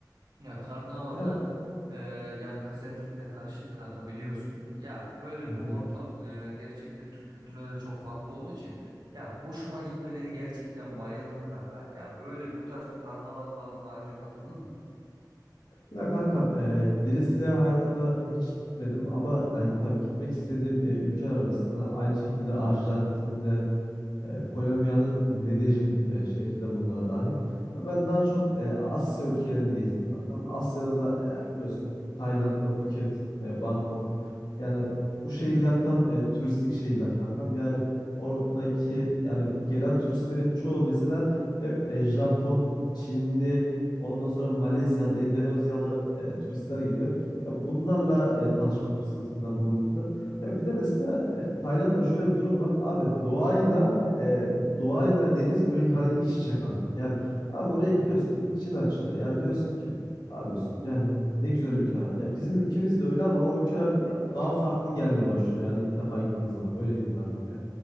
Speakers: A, on the right; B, on the left.
A: Ya karnavalda
B: Ya
A: e, yani kız erkek de karışık kanka biliyorsun. Ya böyle
B: Hı hı.
A: bir ortam e, gerçekten Türk kültürüne de çok farklı olduğu için ya hoşuma gitmedi gerçekten bayıldım kanka. Ya böyle bu tarz bir karnaval falan daha önce katıldın mı?
B: ya kankam e, Brezilya hayatımda hiç gitmedim ama yani tabii gitmek istediğim e, ülkeler arasında aynı şekilde Arjantin'de E, Kolombiya'nın Medellin e, şehri de bunlara dahil. Ya ben daha çok e, Asya ülkelerini gezdim kankam. Asya'da da e, biliyorsun Tayland'da Phuket, e, Bangkok. Yani bu şehirler tam e, turistik şehirler kankam. Yani oradaki yani gelen turistlerin çoğu mesela hep e, Japon, Çinli, ondan sonra Malezyalı, Endonezyalı e, turistler geliyor. Ya bunlarla e, tanışma fırsatında bulundum biraz. Ya bir de mesela e, Tayland'da şöyle bir durum var. Abi doğayla e, doğayla deniz böyle hani iç içe kankam. Yani abi oraya
A: Hmm.
B: gidiyorsun için açılıyor. Yani diyorsun ki abi diyorsun yani ne güzel ülkeler var. Yani bizim ülkemiz de öyle ama o ülkeler ya, daha farklı gelmeye başlıyor. Yani ilk defa gittiğin zaman öyle diyeyim kankam yani.